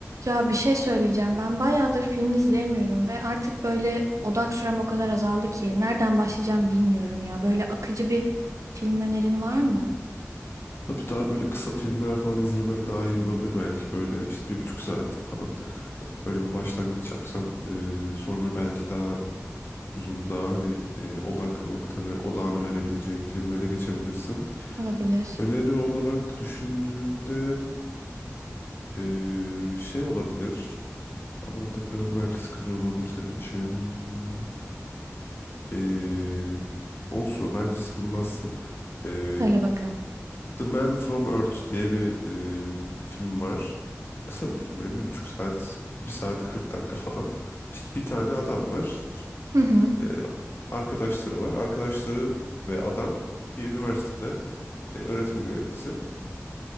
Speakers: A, on the right; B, on the left.
A: Ya bir şey söyleyeceğim. Ben bayağıdır film izleyemiyorum ve artık böyle odak sürem o kadar azaldı ki nereden başlayacağım bilmiyorum ya. Böyle akıcı bir film önerin var mı?
B: Tabii daha böyle kısa filmler falan izlemen daha iyi olabilir belki. Böyle işte bir buçuk saatlik falan. Öyle bir başlangıç yapsan e, sonra belki daha uzun daha hani e, odak noktanı odağını verebileceğin filmlere geçebilirsin.
A: Olabilir.
B: Öneri olarak düşündüğümde e, şey olabilir ama onda biraz belki sıkıcı olabilir senin için. E, olsun bence sıkılmazsın. E,
A: Söyle bakalım.
B: The Man from Earth diye bir e, film var. Kısa bir film böyle bir buçuk saat, bir saat 40 dakika falan. İşte bir tane adam var.
A: Hı hı.
B: E, arkadaşları var. Arkadaşları ve adam bir üniversitede e, öğretim görevlisi.